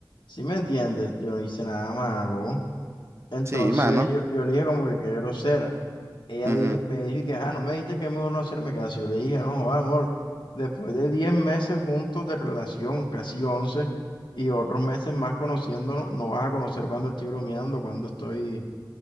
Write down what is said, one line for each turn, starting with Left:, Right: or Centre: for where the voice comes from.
Left: si me entiendes, yo no hice nada malo. Entonces
Right: Sí, mano.
Left: yo, yo le dije como que qué grosera. Ella
Right: Ujú.
Left: dijo- me dijo que ajá, no me dijiste que es mejor no hacerme caso. Yo le dije, no, joda amor, después de 10 meses juntos de relación, casi 11 y otros meses más conociéndonos, no vas a conocer cuando estoy bromeando, cuando estoy